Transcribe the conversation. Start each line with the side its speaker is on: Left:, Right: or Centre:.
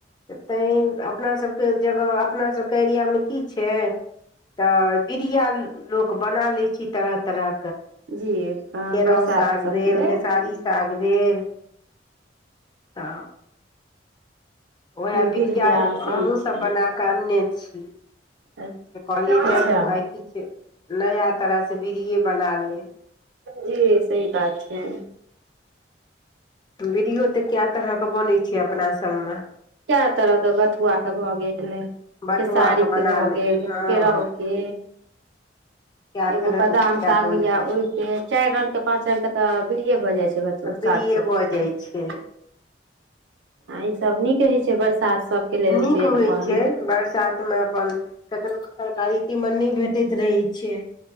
Left: तैं अपनासभके जगह अपनासभके एरियामे की छै तऽ बीड़िया लोक बना लै छै तरह तरह
Right: जी
Left: केराउ
Right: बरसात
Left: साग
Right: सबके
Left: भेल
Right: लेल
Left: खेसारी साग भेल तऽ उएह बिरिय
Right: बिरिया
Left: हमहूँसभ
Right: सही छै
Left: बना कऽ अनने छी तऽ
Right: अच्छा
Left: कहलियै चलू आइ किछु नया तरहसँ बीड़िये बना ले
Right: जी सही बात छै
Left: बीड़ियो तऽ कए तरहके बनैत छै अपना सभमे
Right: कए तरह के बथुआ के भऽ गेल
Left: बथुआके
Right: खेसारीके
Left: बना
Right: भऽ
Left: ले
Right: गेल
Left: हँ
Right: केरावके
Left: कए
Right: एगो
Left: तरहके
Right: बादाम
Left: बिरिया
Right: साग
Left: बनै
Right: होइया ओहि के चारि रंग के पाच रंग के तऽ बीड़े भऽ जाइ छै
Left: बिरिये भऽ जाइ
Right: <unintelligible>
Left: छै
Right: आ ईसभ नीक रहैत छै बरसात सबके लेल
Left: नीक
Right: जे
Left: होइ
Right: अपन
Left: छै बरसातमे अपन कखनो क तरकारी तीमन नहि भेटैत रहै छै